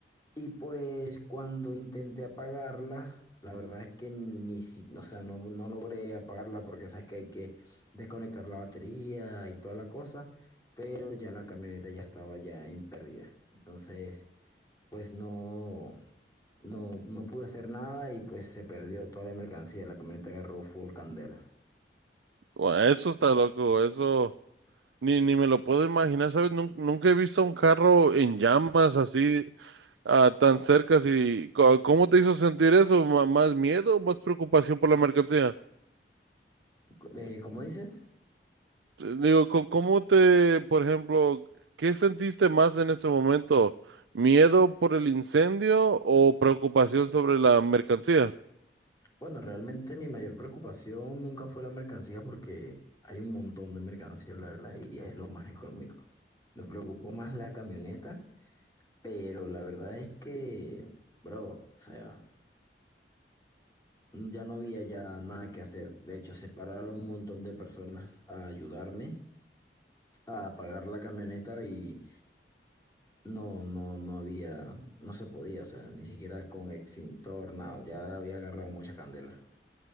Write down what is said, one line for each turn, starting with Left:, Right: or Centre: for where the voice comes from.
Left: Y pues cuando intenté apagarla, la verdad es que ni si, o sea, no, no logré apagarla porque sabes que hay que desconectar la batería y toda la cosa, pero ya la camioneta ya estaba ya en pérdida. Entonces, pues no, no, no pude hacer nada y pues se perdió toda la mercancía. La camioneta agarró full candela.
Right: Bueno, eso está loco, eso ni, ni me lo puedo imaginar, ¿sabes? Nun- Nunca he visto un carro en llamas así ah, tan cerca. Así, Co- ¿cómo te hizo sentir eso? ¿Ma- ¿Más miedo o más preocupación por la mercancía?
Left: Co- eh, ¿cómo dices?
Right: Digo, con- ¿cómo te, por ejemplo, qué sentiste más en ese momento? ¿Miedo por el incendio o preocupación sobre la mercancía?
Left: Bueno, realmente mi mayor preocupación nunca fue la mercancía porque hay un montón de mercancía, la verdad, y es lo más económico. Me preocupó más la camioneta, pero la verdad es que, bro, o sea, ya no había ya nada que hacer. De hecho, se pararon un montón de personas a ayudarme a pagar la camioneta y no, no, no había, no se podía, o sea, ni siquiera con extintor, nada, ya había agarrado mucha candela.